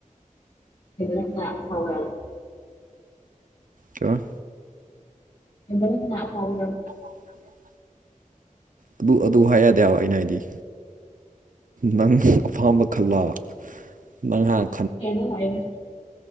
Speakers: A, on the left; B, on the right.
A: <unintelligible> ꯐꯥꯎꯕ ꯌꯥꯎꯏ
B: ꯀ
A: ꯑꯦꯅꯥ ꯐꯥꯎ
B: <unintelligible> ꯑꯗꯨ ꯑꯗꯨ ꯍꯥꯏ ꯌꯥꯗꯦꯕ ꯑꯩꯅ ꯍꯥꯏꯗꯤ ꯅꯪ ꯑꯄꯥꯝꯕ ꯈꯜꯂꯕ ꯅꯪ ꯍꯥꯟ
A: ꯍꯦꯅ ꯍꯥꯏꯔꯦ